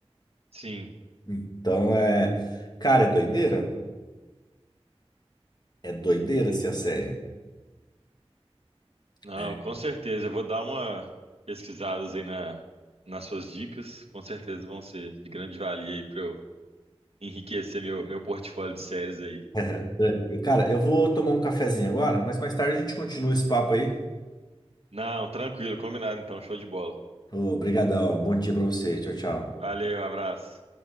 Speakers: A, on the right; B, on the left.
A: Sim.
B: Então é. Cara, é doideira? É doideira essa a série.
A: Não,
B: É.
A: com certeza. Eu vou dar uma pesquisada aí na, nas suas dicas. Com certeza vão ser de grande valia aí pra eu enriquecer meu, meu portfólio de séries aí.
B: <laughs> Cara, eu vou tomar um cafezinho agora, mas mais tarde a gente continua esse papo aí.
A: Não, tranquilo, combinado então, show de bola.
B: Obrigadão, bom dia pra você. Tchau, tchau.
A: Valeu, abraço.